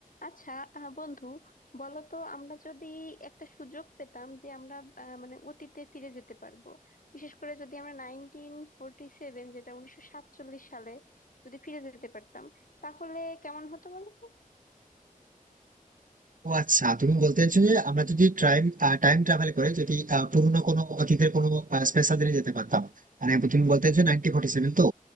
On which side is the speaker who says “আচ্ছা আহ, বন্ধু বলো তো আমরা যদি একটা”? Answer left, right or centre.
Left